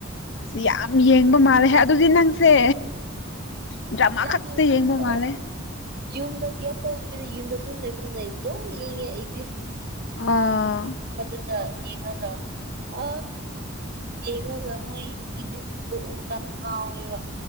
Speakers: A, on the left; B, on the right.
A: ꯑ ꯌꯥꯝ ꯌꯦꯡꯕ ꯃꯥꯜꯂꯦ ꯑꯗꯨꯗꯤ ꯅꯪꯁꯦ ꯗ꯭ꯔꯃꯥ
B: ꯌꯥꯝꯃꯤ
A: ꯈꯛꯇ ꯌꯦꯡꯕ
B: ꯑ
A: ꯃꯥꯜꯂꯦ
B: ꯌꯨꯝꯗ ꯀꯦꯝ ꯇꯧꯗꯕꯤꯗ ꯌꯨꯝꯗ ꯑꯗꯨꯝ ꯂꯩꯕꯅꯤꯅ ꯑꯩ ꯑꯗꯨꯝ ꯌꯦꯡꯉꯦ ꯑꯩꯗꯤ
A: ꯑ
B: ꯑꯗꯨꯒꯒ ꯌꯦꯡꯉꯒ ꯑ ꯌꯦꯉꯒꯃꯣꯏ ꯏꯗꯤ ꯎ ꯕꯀꯥꯟꯗ ꯉꯥꯎꯋꯦꯕ